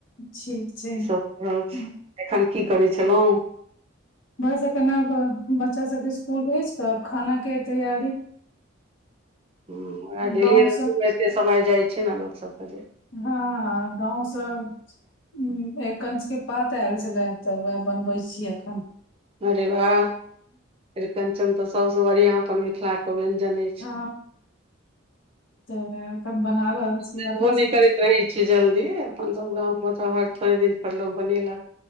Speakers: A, on the left; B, on the right.
A: ठीक छै।
B: की रहल छी
A: हँ,
B: एखन कि करै छलहुँ
A: वस एखन अब बच्चा सभके स्कुल भेज कऽ आब खाना के तैयारी
B: ह उएह गेली
A: गाँवसँ
B: सुते समय जाइ छै ने लोक सभके जे
A: हँ गाव सभ ह एरकच के पात आयल छले तऽ वएह बनबै छीयै एखन
B: अरे वाह एरिकंचन तऽ सभसे बढ़िया अपन मिथिला के व्यंजन अछि
A: ह तऽ वेह बना रहल छीयै
B: देखबो
A: अपना
B: नहि
A: सभके
B: करैत रहै छी जल्दी अपन सभ गाम मे तऽ हर थोड़े दिन पर लोको बनेल कऽ